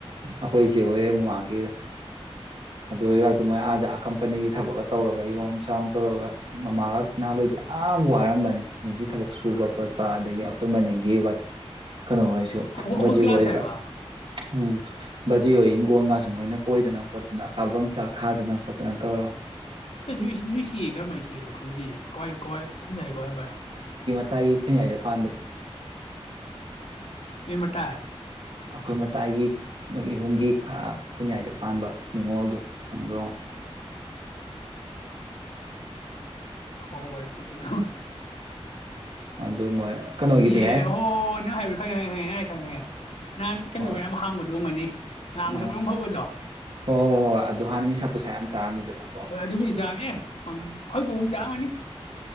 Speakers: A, on the right; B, on the left.
A: ꯑꯩꯈꯣꯏꯁꯦ ꯍꯣꯌ ꯃꯃꯥꯡꯒꯤꯗꯣ ꯑꯗꯨ ꯑꯣꯏꯒꯗꯨ ꯃꯣꯏ ꯑꯥꯗ ꯀꯝꯄꯅꯤꯒꯤ ꯊꯕꯛꯀ ꯇꯧꯔꯒ ꯌꯣꯝ ꯆꯥꯅ ꯇꯧꯔꯒ ꯃꯃꯥꯒ ꯅꯍꯜꯂꯣꯏꯏꯗꯤ ꯌꯥꯝ ꯋꯥꯔꯝꯕꯅꯤ ꯃꯤꯒꯤ ꯊꯕꯛ ꯁꯨꯕ ꯈꯣꯠꯄ ꯑꯗꯒꯤ ꯑꯩꯈꯣꯏ ꯃꯅꯤꯡꯒꯤ ꯀꯩꯅꯣ ꯑꯣꯏꯁꯨ
B: ꯑꯩꯈꯣꯏ
A: ꯕꯖꯤ
B: ꯀ꯭ꯂꯥꯁ
A: ꯑꯣꯏꯒ
B: ꯍꯥꯏꯕ
A: ꯎꯝ ꯕꯖꯤꯍꯣꯌ ꯏꯪꯒꯣꯂꯒꯁꯦ ꯃꯣꯏꯅ ꯀꯣꯏꯗꯅ ꯈꯣꯠꯇꯅ ꯀꯥꯕ꯭ꯔꯪꯆꯥꯛ ꯊꯥꯗꯅ ꯈꯣꯠ ꯅꯇꯣ
B: ꯀꯦꯏꯟ ꯅꯣꯏ ꯆꯦ ꯅꯣꯏ ꯆꯦꯗꯤ ꯀꯔꯝꯕ ꯆꯦꯅꯣ ꯈꯡꯗꯦꯅꯦ ꯀꯑꯋꯥ ꯀꯑꯋ꯭ ꯈꯨꯟꯌꯥꯏ ꯀꯥꯏ ꯃꯄꯅꯣ
A: ꯇꯥꯏꯒꯤ ꯈꯨꯟꯌꯥꯏꯗ ꯄꯥꯟꯕꯗꯣ
B: ꯃꯤ ꯃꯇꯥꯏ
A: ꯑꯩꯈꯣꯏ ꯃꯇꯥꯏꯒꯤ ꯅꯣꯏ ꯏꯃꯨꯡꯒꯤ ꯈꯨꯈꯣꯏꯟꯌꯥꯏꯗ ꯄꯥꯟꯕ ꯅꯤꯉꯣꯜꯗꯣ ꯈꯪꯗ꯭ꯔꯣ
B: ꯀꯥꯎꯔꯦ ꯃꯁꯛ ꯇꯣ
A: ꯑꯗꯨ ꯃꯣꯏ ꯀꯩꯅꯣꯒꯤꯗꯤꯍꯦ
B: ꯏꯍꯦ ꯅꯪ ꯍꯥꯏꯗꯨ ꯈꯪꯉꯦ ꯈꯪꯉꯦ ꯌꯥꯔꯦ ꯈꯪꯉꯦ ꯍꯥꯟ ꯀꯩꯅꯣꯒ
A: ꯑꯣ
B: ꯌꯥꯝ ꯍꯥꯡꯕꯗꯣ ꯑꯣꯏꯔꯝꯒꯅꯤ ꯉꯥꯡꯕ
A: ꯎꯝ
B: ꯁꯛꯄ
A: ꯍꯣꯏ
B: ꯌꯥꯝ ꯐꯕꯗꯣ
A: ꯍꯣꯏ ꯍꯣꯏ ꯑꯗꯨ ꯍꯥꯟꯅ ꯅꯤꯁꯥ ꯄꯨꯁꯥ ꯌꯥꯝ ꯆꯥꯔꯝꯃꯤꯗꯅꯀꯣ
B: ꯍꯣꯏ ꯑꯗꯨꯕꯨꯗꯤ ꯆꯥꯃꯦ ꯑꯩꯈꯣꯏ ꯄꯨ ꯆꯥꯔꯝꯒꯅꯤ